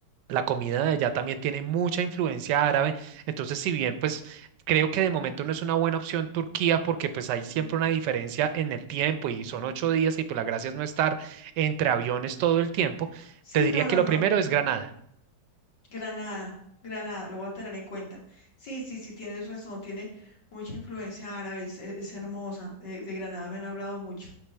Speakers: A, on the right (about 75°); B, on the left (about 70°).
A: La comida de allá también tiene mucha influencia árabe entonces, si bien, pues creo que de momento no es una buena opción Turquía porque pues hay
B: mm,
A: siempre una diferencia en el tiempo y
B: mm,
A: son
B: mm.
A: ocho días y pues la gracia es no estar entre aviones todo el tiempo,
B: Sí,
A: te diría
B: no,
A: que
B: no,
A: lo
B: no.
A: primero es
B: Mm.
A: Granada.
B: Granada, Granada, lo voy a tener en cuenta. Sí, sí, sí, tienes razón, tiene mucha influencia árabe, es, es- es hermosa. De, de Granada me han hablado mucho.